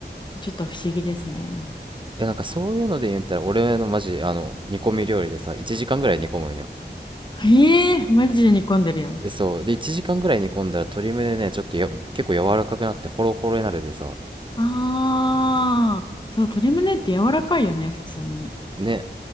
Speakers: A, on the left (about 25°); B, on the right (about 25°).
A: ちょっと不思議ですね。
B: え、なんかそういうので言ったら、俺のマジ、あの、煮込み料理でさ、1時間ぐらい煮込むんよ。
A: ええーマジで煮込んでるやん。
B: えそうで1時間ぐらい煮込んだら鶏むねねちょっとよ結構柔らかくなってホロホロになるでさ
A: ああ、そう、鶏胸って柔らかいよね、普通に。
B: ね